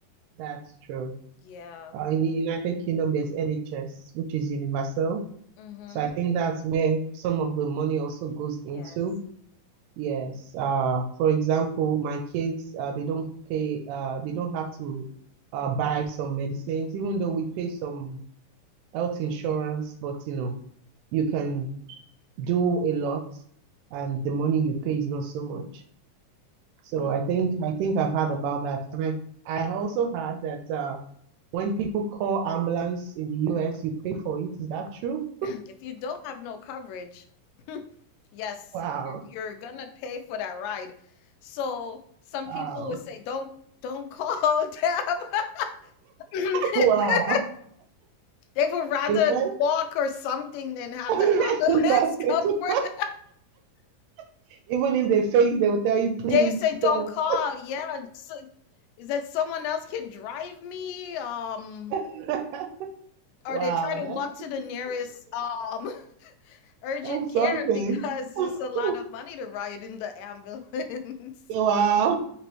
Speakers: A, on the right; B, on the left.
A: That's true.
B: yeah.
A: Uh, in the United Kingdom, there's NHS, which is universal.
B: Mm-hmm.
A: So I think that's where some of the money also goes into.
B: Yes.
A: Yes. Uh, for example, my kids, uh, they don't pay, uh, they don't have to uh, buy some medicines, even though we pay some health insurance, but you know, you can do a lot and the money you pay is not so much. So
B: Mm,
A: I think I think I've heard about that. And I I also heard that uh when people call ambulance in the US, you pay for it. Is that true?
B: <clears throat> If you don't have no coverage, <laughs> yes,
A: Wow.
B: you're you're gonna pay for that ride. So some
A: Wow.
B: people would say, don't don't call <laughs> them.
A: <laughs> Wow.
B: <laughs> They would rather
A: You know what?
B: walk or something than have
A: <laughs>
B: the
A: It's
B: ambulance
A: impossible.
B: <laughs> come for them.
A: <laughs> Even if they faint, they will tell you, please
B: They say <laughs> don't
A: don't.
B: call. Yeah, so, is that someone else can drive me? Um,
A: <laughs>
B: or
A: Wow,
B: they try to
A: that's
B: walk to the nearest um <laughs> urgent
A: that's
B: care
A: something.
B: because it's
A: <laughs>
B: a lot of money to ride in the ambulance.
A: Wow.